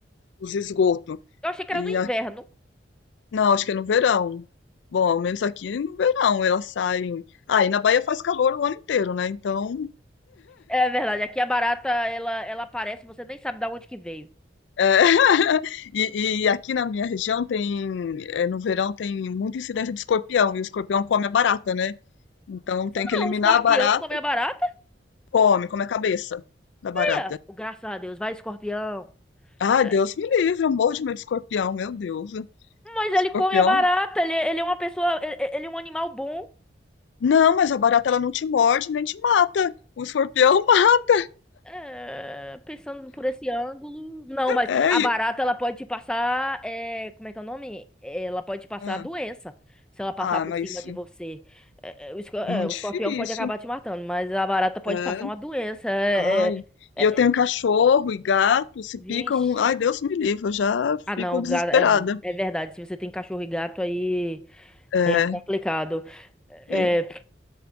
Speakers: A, on the left; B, in the centre.
A: dos esgotos.
B: Eu achei que
A: E
B: era no inverno.
A: a- não, acho que é no verão. Bom, ao menos aqui no verão elas saem. Ah, e na Bahia faz calor o ano inteiro, né? Então,
B: É verdade, aqui a barata, ela, ela aparece, você nem sabe da onde que veio.
A: é, <laughs> E, e aqui na minha região tem, é, no verão tem muita incidência de escorpião, e o escorpião come a barata, né? Então tem
B: Não,
A: que eliminar
B: o escorpião
A: a barata
B: come a barata,
A: Come, come a cabeça da barata.
B: né? Graças a Deus, vai escorpião.
A: Ai,
B: É,
A: Deus me livre, eu morro de medo de escorpião, meu Deus.
B: Mas
A: Escorpião?
B: ele come a barata, ele, ele é uma pessoa, ele, ele é um animal bom.
A: Não, mas a barata ela não te morde nem te mata. O escorpião <laughs> mata.
B: É, pensando por esse ângulo. Não, mas
A: É.
B: a
A: e-
B: barata, ela pode te passar, é, como é que é o nome? Ela pode te passar
A: Ah,
B: doença, se ela passar
A: ah,
B: por
A: mas
B: cima de
A: é
B: você. É, é, o, esco- é,
A: muito
B: o escorpião
A: difícil.
B: pode acabar te matando, mas a barata pode
A: É.
B: passar uma doença. É,
A: Ai.
B: é,
A: E eu
B: é,
A: tenho cachorro e gato, se
B: vixe.
A: picam. Ai, Deus me livre, eu já
B: Ah,
A: fico
B: não,
A: desesperada.
B: gato, é, é verdade. Se você tem cachorro e gato, aí,
A: É.
B: aí é complicado. É,
A: é.